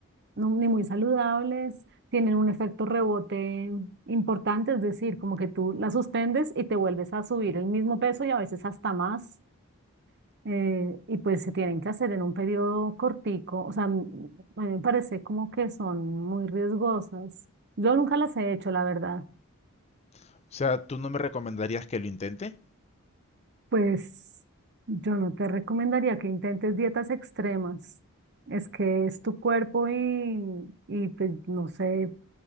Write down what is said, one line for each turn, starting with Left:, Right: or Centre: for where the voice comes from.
Right: no, ni muy saludables, tienen un efecto rebote importante, es decir, como que tú las suspendes y te vuelves a subir el mismo peso y a veces hasta más, eh, y pues se tienen que hacer en un periodo cortico, o sea, m- a mí me parece como que son muy riesgosas. Yo nunca las he hecho, la verdad.
Left: O sea, ¿tú no me recomendarías que lo intente?
Right: Pues yo no te recomendaría que intentes dietas extremas. Es que es tu cuerpo y, y pues no sé,